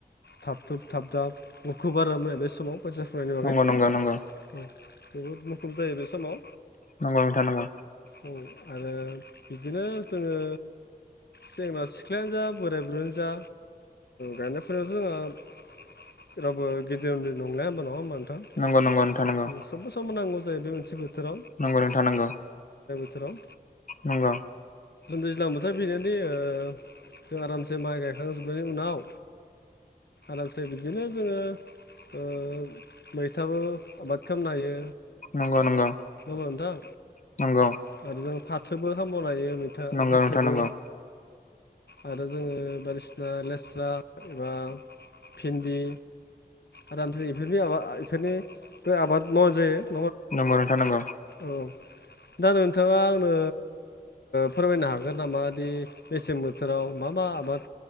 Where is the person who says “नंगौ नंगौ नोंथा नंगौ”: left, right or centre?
Left